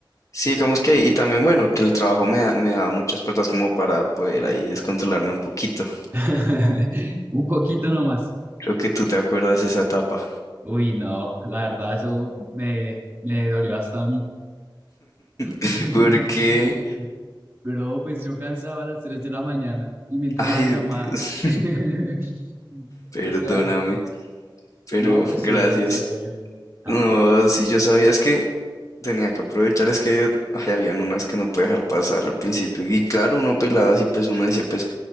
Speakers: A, on the left (about 40°); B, on the right (about 20°).
A: Sí, digamos que, ahí. y también bueno, que el trabajo me, da- me daba muchas puertas como para poder ahí descontrolarme un poquito.
B: <laughs> Un poquito nomás.
A: Creo que tú te acuerdas esa etapa.
B: Uy, no, la verdad, eso me, me dolió hasta a mí. <laughs>
A: <laughs> Porque,
B: Bro, pues yo cansaba a las 3 de la mañana y me entra
A: ay,
B: una llamada.
A: Dios,
B: <laughs>
A: perdóname,
B: O sea,
A: pero
B: no, pero estuvo
A: gracias.
B: bien, estuvo bien. Ah,
A: No, si yo sabía, es que tenía que aprovechar, es que ay, habían unas que no podía dejar pasar al principio. Y claro, uno pelado así, pues uno decía, pues,